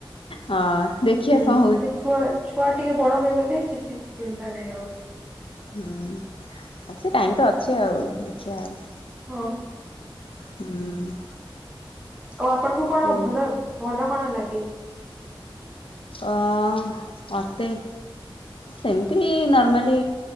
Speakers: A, on the left; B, on the right.
A: ହଁ ଦେଖିଆ
B: ହୁଁ
A: କଣ ହୋଉଚି।
B: ସେ ଛୁଆ ଛୁଆ ଟିକେ ବଡ଼ ହୋଇଗଲେ କିଛି ଚିନ୍ତା ନାହିଁ ଆଉ।
A: ହୁଁ ଆ ସେ ଟାଇମ ତ ଅଛି ଆଉ ଦେଖିଆ ଆଉ।
B: ହଁ।
A: ହୁଁ।
B: ଆଉ ଆପଣଙ୍କୁ କଣ
A: ସେ
B: ଭଲ ଭଲ କଣ ଲାଗେ?
A: ଅ ମତେ ସେମତି ଏଇ ନର୍ମାଲି